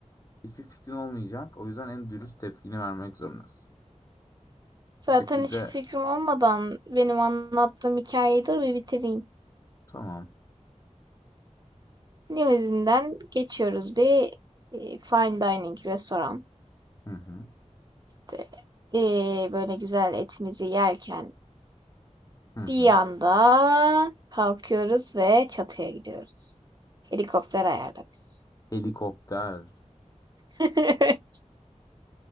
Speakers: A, on the left (about 30°); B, on the right (about 35°).
A: Hiçbir fikrin olmayacak. O yüzden en dürüst tepkini vermek zorundasın.
B: Zaten
A: Bu şekilde
B: hiçbir fikrim olmadan benim anlattığım hikayeyi dur bir bitireyim.
A: tamam.
B: Limuzinden geçiyoruz bir e, fine dining restoran.
A: Hı hı.
B: İşte, e, böyle güzel etimizi yerken
A: Hı hı.
B: bir anda kalkıyoruz ve çatıya gidiyoruz. Helikopter ayarlamış.
A: Helikopter.
B: <laughs>